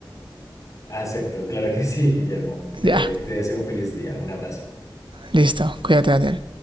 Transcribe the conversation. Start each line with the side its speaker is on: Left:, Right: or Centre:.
Left: Acepto, claro que sí, <laughs> Guillermo. Te,
Right: Ya.
Left: te deseo un feliz día. Un abrazo.
Right: Listo, cuídate Daniel.